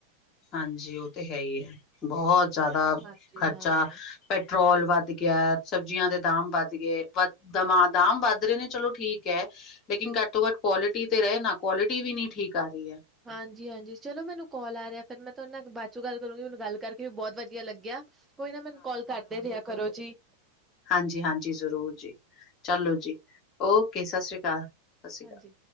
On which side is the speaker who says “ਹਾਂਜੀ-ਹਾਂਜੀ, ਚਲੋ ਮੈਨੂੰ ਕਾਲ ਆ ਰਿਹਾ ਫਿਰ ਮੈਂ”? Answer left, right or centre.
Right